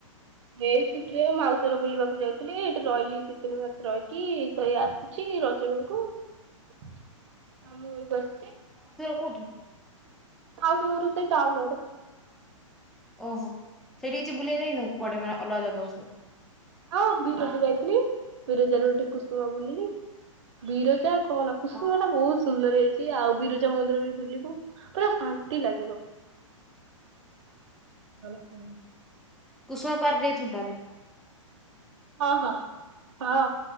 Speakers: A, on the right; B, in the centre.
A: ଏଇ ଛୁଟିରେ ମାଉସୀର ବୁଲିବାକୁ ଯାଇଥିଲି ଏଇଠି ରହିଲି ଦି ତିନି ମାସ ରହିକି ତ ଏଇ ଆସୁଚ ରଜ ବେଳକୁ ଆ ମୁଁ ଘରକୁ ଆସି
B: କଠ
A: ହଉ ଦର ତେ ଟାଉ ନ ଗଡେ
B: ଓହୋ ସେଇଠି କିଛି ବୁଲେଇ ଯାଇନୁ କୁଆଡେ ମାନେ ଅଲଗା ଜାଗା ସବୁ।
A: ହଁ ବିରଜ ଯାଇଥିଲି ବିରଜାରୁ ଗୋ କୁଷ୍ୁମା ବୁଲିଲି। ବିରଜା କହଲା କୁସୁମ
B: ହଁ
A: ଟା ବହୁତ ସୁନ୍ଦର ହେଇଛି। ସଏ ଆଉ ବିରଜା ମନ୍ଦିର ବି ବୁଲିବୁ ପୁରା ଶାନ୍ତି ଲାଗିବ ଭ କ।
B: କୁସୁମା ପାର୍ ଦେଇ ଫଲତା ନା
A: ହଁ ହଁ ହଁ।